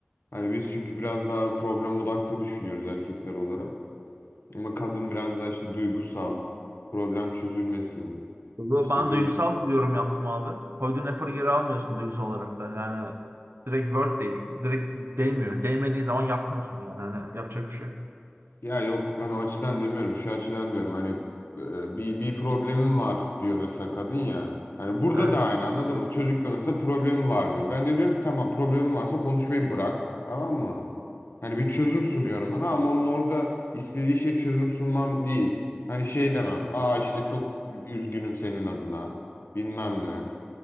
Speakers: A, on the left (about 70°); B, on the right (about 75°).
A: Hani biz çünkü biraz daha problem odaklı düşünüyoruz erkekler olarak. Ama kadın biraz daha işte duygusal, problem çözülmesin.
B: Bu-
A: işte
B: Ben
A: duygus
B: duygusal bir yorum yaptım abi. Koyduğun eforu geri almıyorsun duygusal olarak da. Yani direkt word değil. Direkt değmiyor. Değmediği zaman yapmıyorsun yani. Hani yapacak bir şey yok.
A: Ya yok ben o açıdan demiyorum. Şu açıdan diyorum hani e, bir, bir problemim var diyor mesela kadın ya. Hani burada
B: Evet.
A: da aynı anladın mı? Çocukla mesela problemim var diyor. Ben de diyorum ki tamam problemin varsa konuşmayı bırak. Tamam mı? Hani bir çözüm sunuyorum ona ama onun orada istediği şey çözüm sunmam değil. Hani şey demem. Aa işte çok üzgünüm senin adına. Bilmem ne.